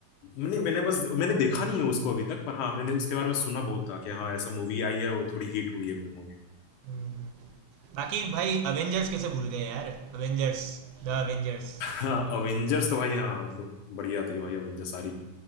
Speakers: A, on the left; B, on the right.
A: मैंने मैंने बस मैंने देखा नहीं है उसको अभी तक पर हाँ मैंने उसके बारे में सुना बहुत था कि हाँ ऐसा मूवी आई है वो थोड़ी हिट हुई है मूवी
B: हम्म। बाकी भाई अवेंजर्स कैसे भूल गए यार Avengers the Avengers
A: हाँ अवेंजर्स तो भाई हाँ मतलब बढ़िया थी भाई अवेंजर्स सारी